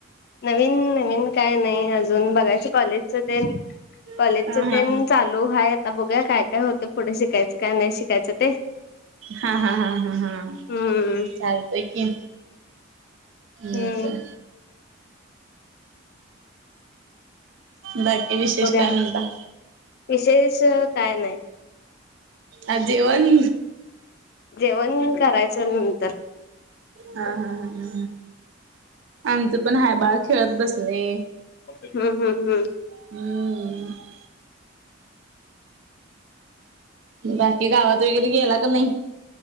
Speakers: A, on the left (about 55°); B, on the right (about 75°).
A: नवीन नवीन काय नाही अजून बघायच कॉलेजच ते कॉलेजच
B: हा
A: ते
B: हा
A: चालू.
B: हा
A: चालु हाय आता बघा काय काय होतं पुढे शिकायचं काय नाही शिकायचं ते.
B: हा हा हा हा हा
A: हम्म
B: चालतंय की.
A: हम्म
B: नको. बाकी विशेष
A: बघूया
B: काय म्हणता.
A: विशेष काय नाही.
B: आ जेवण.
A: जेवण करायचं नंतर.
B: ह हा ह. आमचं पण हाय बाळ खेळत बसले.
A: हम्म हम् हम्.
B: ह. बाकी गावात वगैरे गेला का नाही.